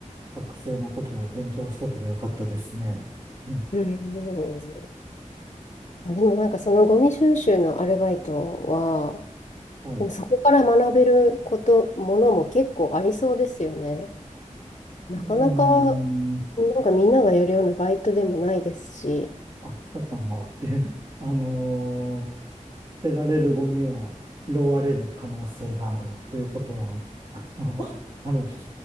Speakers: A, on the right (about 35°); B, on the left (about 55°).
A: 学生の時は勉強しとけばよかったですね。ね
B: んあでもなんかそのゴミ収集のアルバイトは、
A: はい。
B: でもそこから学べること、
A: う
B: ものも結構ありそうですよね。なかなか、
A: ーん、
B: なんかみんながやるようなバイトでもないですし、
A: あったかなっていう。<laughs> あのー捨てられるゴミは拾われる可能性があるということは、<laughs> あの、<laughs> ある、